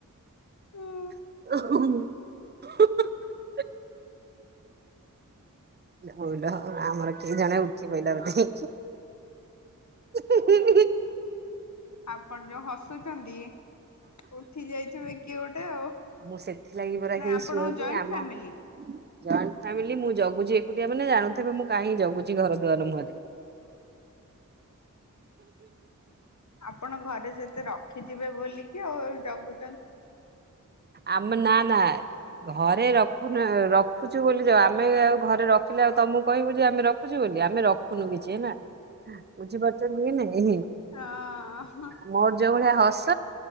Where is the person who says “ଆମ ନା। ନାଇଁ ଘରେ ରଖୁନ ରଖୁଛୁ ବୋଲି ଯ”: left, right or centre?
Right